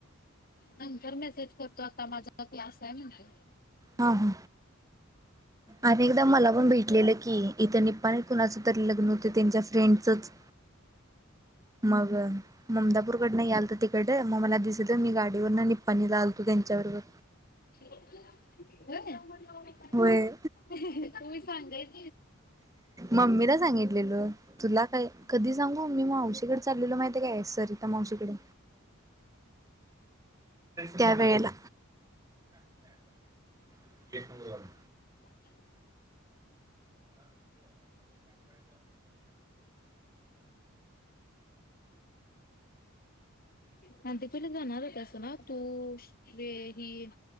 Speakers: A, on the left; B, on the right.
A: नंतर मेसेज करतो आता माझा क्लास आहे म्हणे
B: हा ह अनेकदा मला पण भेटलेले की इथे निपाणीत कुणाच तरी लग्न होत त्यांच्या फ्रेंडचच मग ममदापूरकड नाही याल त तर तिकडे मग मला दिसत मी गाडीवर ना निपपाणीला आल तू त्यांच्याबरोबर.
A: <unintelligible>
B: होय
A: तुम्ही सांगायच
B: मम्मीला सांगितलेल तुला काय कधी सांगू मम् मी मावशीकडे चाललेलो माहिती य काय सरिता मावशीकडे. त्या वेळेला <unintelligible>
A: <unintelligible> <unintelligible> <unintelligible> आणि ते पहिले जाणार होतसा ना असं ना तू ही